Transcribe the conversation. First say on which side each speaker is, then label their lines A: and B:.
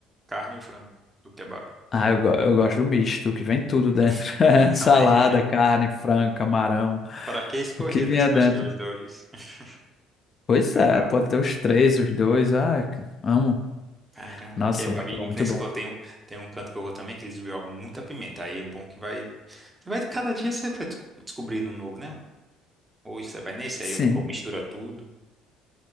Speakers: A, on the right (about 20°); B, on the left (about 40°).
A: Carne ou frango? Do kebab.
B: Ah, eu, go- eu gosto do misto, que vem tudo dentro.
A: <laughs>
B: <laughs>
A: Eu também.
B: Salada,
A: <laughs>
B: carne, frango, camarão,
A: Para que escolher,
B: o que vinha
A: né? Você pode
B: dentro.
A: ter os dois. <laughs>
B: Pois
A: Exato.
B: é, pode ter os três, os dois. Ah, que- amo.
A: Caramba,
B: Nossa,
A: kebab.
B: muito
A: E
B: bom, muito
A: que nem
B: bom.
A: você falou, tem um, tem um canto que eu vou também que eles jogam muita pimenta. Aí é bom que vai. Você vai cada dia você vai desco- descobrindo um novo, né? Um, Hoje você vai nesse,
B: Sim.
A: aí eu eu mistura tudo.